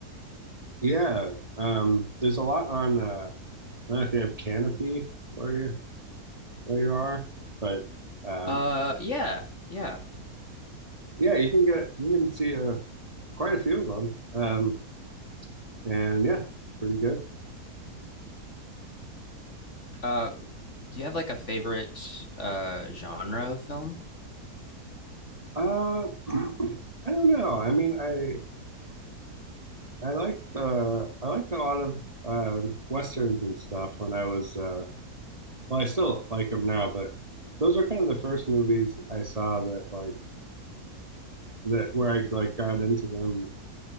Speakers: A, on the right; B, on the left.
A: yeah, um, there's a lot on. Uh, I don't know if you have canopy where you where you are, but um,
B: Uh yeah. Yeah.
A: yeah, you can get you can see uh, quite a few of them, um, and yeah, pretty good.
B: Uh, do you have like a favorite uh genre of film?
A: Uh, <clears throat> I don't know. I mean, I I liked uh, I liked a lot of um, westerns and stuff when I was uh, well, I still like them now, but those were kind of the first movies I saw that like that where I like got into them.